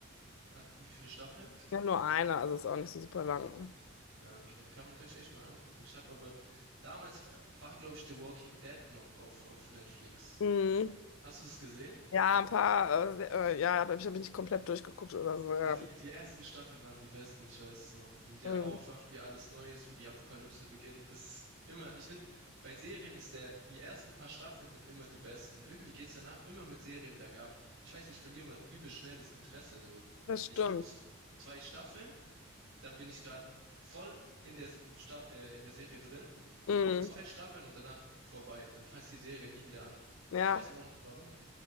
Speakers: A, on the right (about 80°); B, on the left (about 75°).
A: Hat, wie viele Staffeln?
B: Ja, nur eine, also ist auch nicht so super lang.
A: Ja, okay, kann, kann ich echt mal angucken. Ich habe aber damals war, glaube ich, The Walking Dead noch auf, auf Netflix.
B: Mhm.
A: Hast du das gesehen?
B: Ja, ein paar, äh, äh, ja, aber ich habe mich nicht komplett durchgeguckt oder so, ja.
A: Ah, die, die ersten Staffeln waren die besten, ich weiß es noch. Wie der
B: Mhm.
A: aufwacht, wie alles neu ist, wie die Apokalypse beginnt. Das ist immer, ich finde, bei Serien ist der, die ersten paar Staffeln sind immer die besten. Irgendwie geht's danach immer mit Serien bergab. Ich weiß, ich verliere immer übel schnell das Interesse, so.
B: Das stimmt.
A: Ich gucke zwei Staffeln, dann bin ich gerade voll in der, Sta äh, in der Serie drin, guck
B: Mhm.
A: noch zwei Staffeln und danach vorbei. Dann fasst die Serie nie wieder an.
B: Ja.
A: Ich weiß aber auch nicht warum.